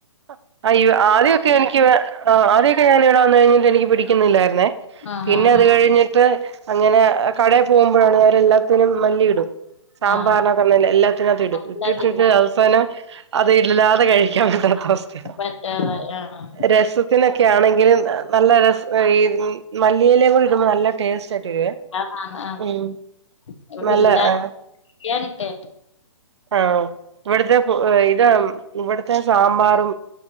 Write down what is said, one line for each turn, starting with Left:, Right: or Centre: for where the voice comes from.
Right: അ ഐ ആദ്യക്കെ എനിക്ക് വെ അ ആദ്യക്കെ ഞാൻ ഇവിടെ വന്ന് കഴിഞ്ഞിട്ട് എനിക്ക് പിടിക്കുന്നില്ലായിരുന്നേ
Left: ആഹ്
Right: പിന്നെ, അത്
Left: ആഹ്
Right: കഴിഞ്ഞിട്ട് അങ്ങനെ കടെ പോകുമ്പോഴാണ് അവര് എല്ലാറ്റിനും മല്ലിയിടും. സാമ്പാറിന
Left: ആഹ്
Right: <unintelligible> എല്ലാത്തിനകത്തും ഇടും
Left: ആഹ്
Right: ഇട്ടിട്ട്
Left: എല്ലാത്തിനും
Right: അവസാനം അത് ഇല്ലല്ലാതെ കഴിക്കാൻ പറ്റാത്ത അവസ്ഥയാണ്.
Left: പറ്റാതായി ആഹ്
Right: രസത്തിലൊക്കെ ക്കെ ആണെങ്കിലും, നല്ല രസ ഈ മല്ലിയില കൂടി ഇടുമ്പോൾ നല്ല ടെ ടേസ്റ്റ്
Left: ആണ്
Right: <unintelligible>
Left: ആണ് ആണ്
Right: ഉം
Left: ഇവിടെ
Right: നല്ല
Left: ഇല്ല
Right: ആ
Left: അറിയാനിട്ടെ
Right: ആ ഇവിടുത്തെ ഇത് ഇവിടുത്തെ സാമ്പാറും